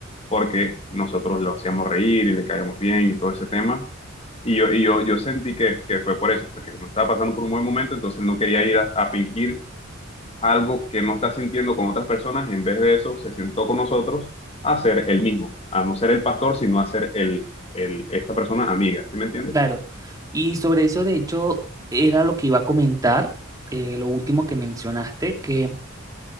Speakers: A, on the left; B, on the right.
A: porque nosotros lo hacíamos reír y le caíamos bien y todo ese tema. Y yo, y yo, yo sentí que, que fue por eso, porque no estaba pasando por un buen momento, entonces no quería ir a, a fingir algo que no está sintiendo con otras personas, y en vez de eso se sentó con nosotros a ser el mismo, a no ser el pastor, sino a ser el, el, esta persona amiga, ¿sí me entiendes?
B: Claro. Y sobre eso, de hecho, era lo que iba a comentar, eh, lo último que mencionaste, que